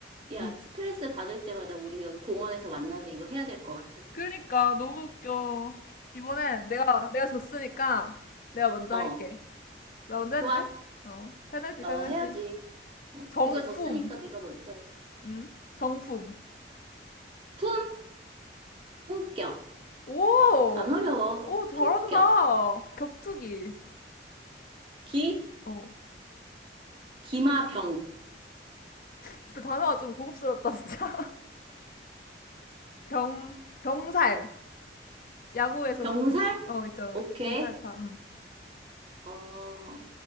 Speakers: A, on the right; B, on the left.
A: 야,
B: 응
A: 스트레스 받을 때마다 우리 여기 공원에서 만나서 이거 해야 될 것 같아.
B: 그니까 너무 웃겨 이번엔 내가 내가 졌으니까 내가 먼저
A: 어,
B: 할게 나 먼저
A: 좋아.
B: 해도 돼? 어 페널티
A: 어,
B: 페널티
A: 해야지. 어?
B: 정품
A: 네가 줬으니까 네가 먼저 해.
B: 응 정품
A: 품, 품격.
B: 오!
A: 안 어려워.
B: 오, 잘한다.
A: 품격.
B: 격투기.
A: 기,
B: 어.
A: 기마병.
B: 진짜 단어가 좀 고급스럽다, 진짜. <laughs> 병, 병살. 야구에서
A: 병살?
B: 쓰는, 어, 있잖아.
A: 오케이.
B: 병살타. 음.
A: 어,